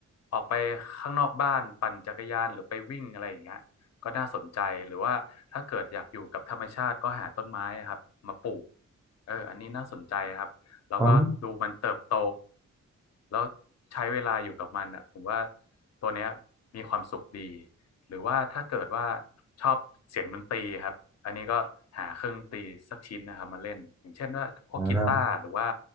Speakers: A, on the left; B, in the centre.
A: ออกไปข้างนอกบ้านปั่นจักรยานหรือไปวิ่งอะไรอย่างเงี้ยก็น่าสนใจหรือว่าถ้าเกิดอยากอยู่กับธรรมชาติก็หาต้นไม้ครับมาปลูก เอออันนี้น่าสนใจครับแล้วก็ดูมันเติบโต
B: อ๋
A: แล้วใช้เวลาอยู่กับมันอ่ะผมว่าตัวเนี้ยมีความสุขดีหรือว่าถ้าเกิดว่าชอบเสียงดนตรีครับอันนี้ก็หาเครื่องดนตรีสักชิ้นนะครับมาเล่นอย่างเช่นว่าพวกกีตาร์หรือว่า
B: อ